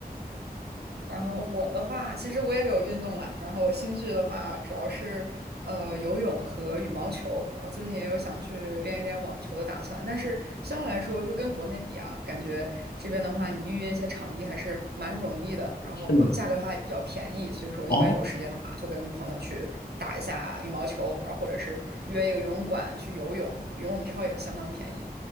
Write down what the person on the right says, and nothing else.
然后我的话，其实我也有运动啦。然后我兴趣的话，主要是呃游泳和羽毛球。然后最近也有想去练一练网球的打算。但是相对来说，就跟国内比啊，感觉这边的话，你预约一些场地还是蛮容易的，然后价格的话也比较便宜。
所以说，
一般有时间的话，就跟朋友去打一下羽毛球，然后或者是约一个游泳馆去游泳，游泳票也相当便宜。